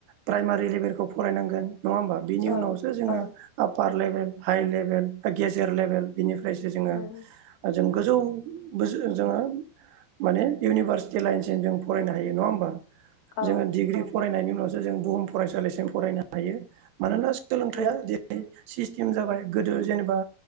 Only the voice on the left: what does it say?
औ
औ
उम
औ
उम